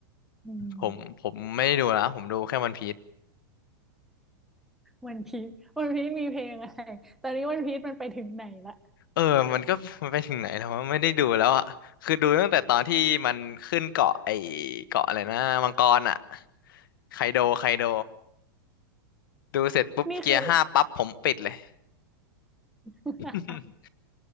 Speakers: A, in the centre; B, on the left.
A: อืม
B: ผมผมไม่ได้ดูแล้วผมดูแค่วันพีซ
A: วันพีชวันพีชมีเพลงอะไรตอนนี้วันพีชมันไปถึงไหนละ
B: เออมันก็มันไปถึงไหนแล้วว่าไม่ได้ดูแล้วอ่ะคือดูตั้งแต่ตอนที่มันขึ้นเกาะไอเกาะอะไรนะมังกรอ่ะไคโดไคโดดูเสร็จปุ๊บเกียร์ห้าปั๊บผมปิดเลย
A: นี่คือ <laughs>
B: <laughs> อืม